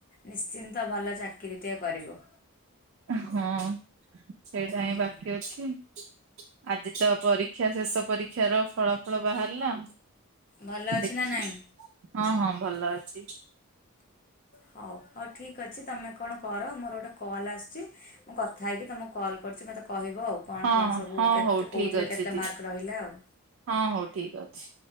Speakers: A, on the left; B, on the right.
A: ନିଶ୍ଚିନ୍ତ ଭଲ ଚାକିରି ଟିଏ କରିବ।
B: ହଁ ସେଇଟା
A: ହୁଁ,
B: ହିଁ ବାକି ଅଛି। ଆଜି ତ ପରୀକ୍ଷା, ଶେଷ ପରୀକ୍ଷାର ଫଳା ଫଳ ବାହାରିଲା।
A: ଭଲ ଅଛି
B: ଦେଖି,
A: ନା ନାଇଁ?
B: ହଁ ହଁ ଭଲ ଅଛି।
A: ହଉ ହଉ ଠିକ୍ ଅଛି ତମେ କଣ କର, ମୋର ଗୋଟେ କଲ୍ ଆସ। ଛି, ମୁଁ କଥା ହେଇକି ତମକୁ କଲ୍ କରୁଛି ମତେ କହିବ ଆଉ। କଣ
B: ହଁ
A: କଣ ସବୁ
B: ହଁ
A: କେତେ
B: ହଉ
A: କଉଥିରେ
B: ଠିକ ଅଛି
A: କେତେ
B: ଦି
A: ମାର୍କ ରହିଲା ଆଉ।
B: ହଁ ହୋଉ ଠିକ୍ ଅଛି।